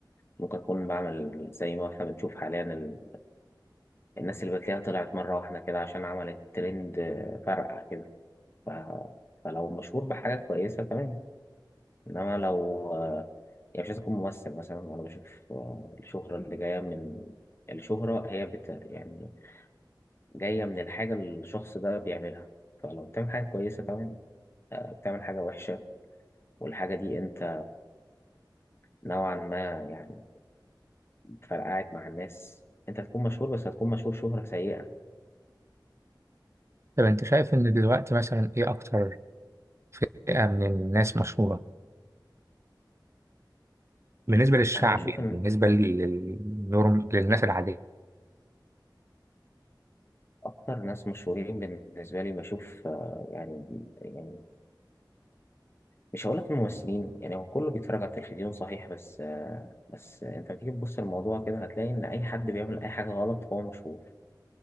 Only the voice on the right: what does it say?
طب انت شايف ان دلوقتي مثلا ايه اكتر فئة من الناس مشهورة بالنسبة للشعب
يعني
بالنسبة لل- للنورم للناس العادية